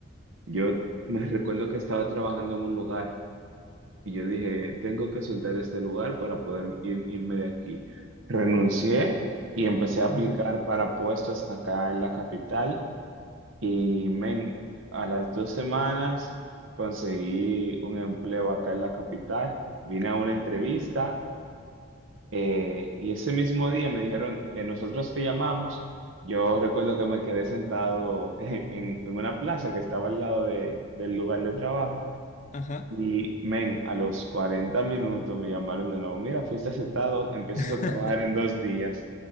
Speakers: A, on the right; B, on the left.
A: yo me recuerdo que estaba trabajando en un lugar. Y yo dije, tengo que soltar este lugar para poder ir- irme de aquí. Renuncié y empecé a aplicar
B: Ujú.
A: para puestos acá en la capital. Y men, a las dos semanas conseguí un empleo acá en la capital. Vine a una entrevista eh, y ese mismo día me dijeron, "Eh, nosotros te llamamos. Yo recuerdo que me quedé sentado <laughs> en, en una plaza que estaba al lado de- del lugar de trabajo.
B: Ajá.
A: Y, men, a los 40 minutos me llamaron de nuevo. Mira, fuiste aceptado, empiezas
B: <laughs>
A: a trabajar en dos días.